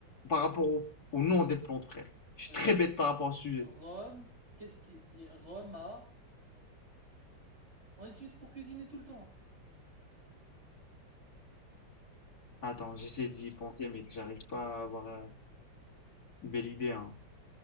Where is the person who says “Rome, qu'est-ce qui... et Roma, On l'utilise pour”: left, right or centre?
Right